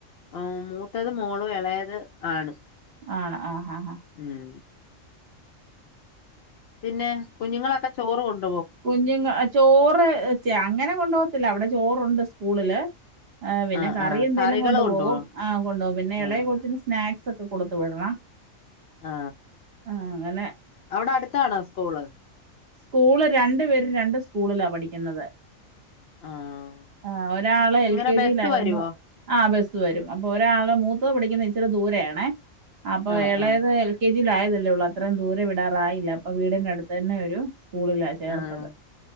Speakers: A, on the left; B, on the right.
A: ആ മൂത്തത് മോള് ഇളയത് ആണ്
B: ആണ് ആഹ് ആഹ് ആഹ്
A: ഉം പിന്നെ കുഞ്ഞുങ്ങളൊക്കെ ചോറും കൊണ്ട്
B: കുഞ്ഞുങ്ങ ചോറ് ചെ അങ്ങനെ കൊണ്ടു പോകത്തില്ല അവിടെ ചോറുണ്ട് സ്കൂളില് ആ പിന്നെ
A: ആഹ്
B: കറി
A: ആഹ്
B: എന്തേലും
A: കറികള്
B: കൊണ്ടു
A: കൊണ്ടുപോവോ
B: പോകും ആ കൊണ്ട് പോകും പിന്നെ ഇളയെ
A: ആഹ്
B: കൊച്ചിന് സ്നാക്സ് ഒക്കെ കൊടുത്ത് വിടണം
A: ആ
B: ആഹ് അങ്ങനെ
A: അവിടെ അടുത്താണോ സ്കൂള്
B: സ്കൂൾ രണ്ടു പേരും രണ്ട് സ്കൂളിലാ പഠിക്കുന്നത്
A: ആഹ്
B: ആ ഒരാള് എൽ
A: എങ്ങനെ
B: കെ
A: ബസ്സ്
B: ജിയിലായിരുന്നു
A: വരുവോ
B: ആ ബസ് വരും അപ്പൊ ഒരാള് മൂത്ത പഠിക്കുന്നത് ഇച്ചിരി ദൂരെ ആണേ അപ്പൊ
A: ആഹ്
B: എ ളയത്
A: ആഹ്
B: എൽ കെ ജി ജി ആയതല്ലേ ഉള്ളൂ അത്രയും ദൂരെ വിടാറായില്ല അപ്പൊ വീടിന്റെ അടുത്ത് തന്നെ ഒരു സ്കൂള ചേർത്തത്
A: ആഹ്